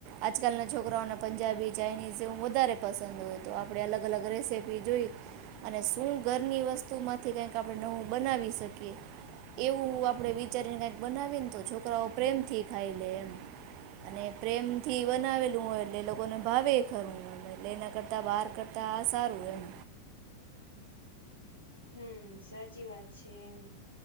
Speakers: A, on the right; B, on the left.
A: આજકાલના છોકરાઓને પંજાબી ચાઇનીઝ એવું વધારે પસંદ હોય તો આપણે અલગ અલગ રેસીપી જોઈ અને શું ઘરની વસ્તુ માંથી કઈક આપણે નવું બનાવી શકીએ એવું આપણે વી ચારીનેક બનાવીને તો છોકરાઓ પ્રેમ થી ખાઈ લે એમ. અને પ્રેમ થી બનાવેલું હોય એટલે લોકોને ભાવે ખરું એ એટલે એના કરતા બહાર કરતા આ સારું એમ.
B: હમ્મ સાચી વાત છે એમ.